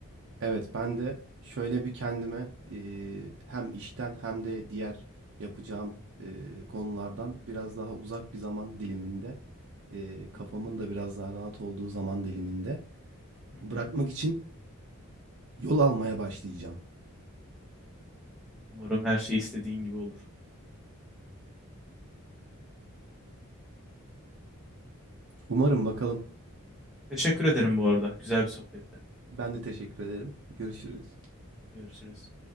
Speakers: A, on the right; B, in the centre.
A: Evet, ben de şöyle bir kendime eee, hem işten hem de diğer yapacağım eee, konulardan biraz daha uzak bir zaman diliminde, eee,
B: Hı
A: kafamın
B: hı,
A: da biraz daha rahat olduğu zaman diliminde
B: hı hı.
A: bırakmak için yol almaya başlayacağım.
B: Umarım her şey istediğin gibi olur.
A: Umarım bakalım.
B: Teşekkür ederim bu arada. Güzel bir sohbette.
A: Ben de teşekkür ederim. Görüşürüz.
B: Görüşürüz.